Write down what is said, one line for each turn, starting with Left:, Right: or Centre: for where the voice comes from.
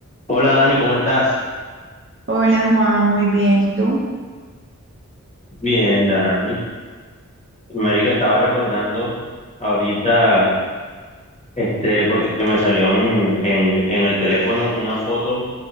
Left: Hola Dani, ¿cómo estás?
Right: Hola Juan, muy bien. ¿Y tú?
Left: Bien, Dani. Marica, estaba recordando ahorita, este, porque me salió un- en, en el teléfono una foto